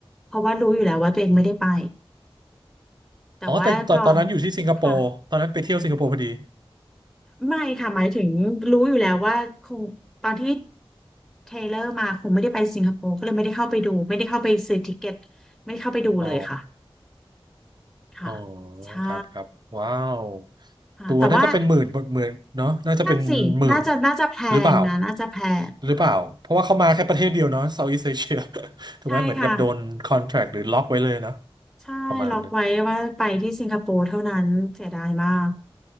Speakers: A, in the centre; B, on the right.
A: เพราะว่ารู้อยู่แล้วว่าตัวเองไม่ได้ไปแต่ว่าพอ
B: อ๋อแต่ตอนตอนนั้นอยู่ที่สิงคโปร์ตอนนั้นไปเที่ยวสิงคโปร์พอดี
A: ค่ะไม่ค่ะหมายถึงรู้อยู่แล้วว่าคงตอนที่เทรลเลอร์มาคงไม่ได้ไปสิงคโปร์ก็เลยไม่ได้เข้าไปดูไม่ได้เข้าไปซื้อติเกตไม่ได้เข้าไปดูเลยค่ะ
B: อ๋อ
A: ค่ะ
B: อ๋อ
A: ใช่
B: ครับครับว้าว
A: ค่ะแต่ว่า
B: ตัวน่าจะเป็นหมื่นหมื่นเนาะน่าจะเป็นหมื่น
A: นั่นสิน่าจะน่าจะแพงนะน่าจะแพงค่ะ
B: หรือเปล่าหรือเปล่าเพราะว่าเขามาแค่ประเทศเดียวเนาะเซอีสเอเชีย <laughs> ถูกไหมเหมือนกับโดนคอนแทรคหรือล็อกไว้เลยเนาะ
A: ใช่ค่ะใช่ล็อกไว้ว่าไปที่สิงคโปร์เท่านั้นเสียดายมาก
B: ประมาณนั้น